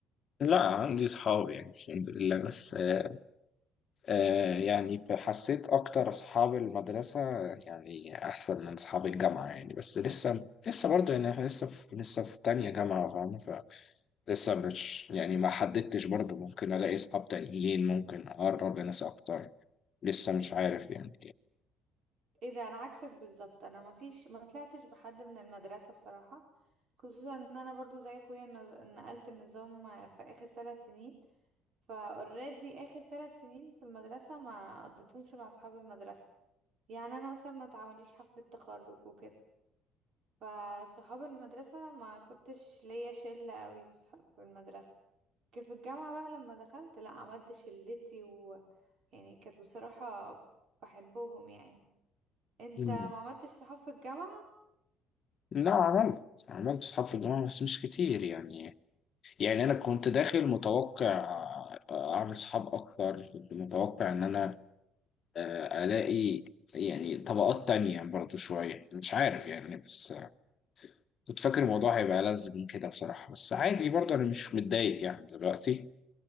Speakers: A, on the left; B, on the right.
A: لا عندي اصحاب يعني الحمد لله بس آه آه يعني فحسيت اكتر اصحاب المدرسه يعني احسن من اصحاب الجامعه يعني بس لسه لسه برضه يعني احنا لسه في لسه في تانية جامعه فاهم لسه مش يعني ما حددتش برضو ممكن الاقي اصحاب تانيين ممكن اقرب لناس اكتر لسه مش عارف يعني
B: ايه ده انا عكسك بالظبط انا ما فيش ما طلعتش بحد من المدرسه بصراحه خصوصا ان انا برضو زي اخويا نز- نقلت النظام في اخر ثلاث سنين فاوريدي اخر ثلاث سنين في المدرسه ما قضيتهمش مع اصحاب المدرسه يعني انا مثلا ما اتعمليش حفله تخرج وكده فصحاب المدرسه ما كنتش ليا شله قوي في صحاب في المدرسه لكن في الجامعه بقى لما دخلت لا عملت شلتي ويعني كانت بصراحه بحبهم يعني انت
A: مم.
B: ما عملتش صحاب في الجامعه
A: لا عملت عملت اصحاب في الجامعة بس مش كتير يعني يعني انا كنت داخل متوقع اعمل اصحاب اكتر كنت متوقع ان انا آه، الاقي يعني طبقات تانية برضو شوية مش عارف يعني بس آه، كنت فاكر الموضوع هيبقى ألذ من كده بصراحة بس عادي برضو أنا مش متضايق يعني دلوقتي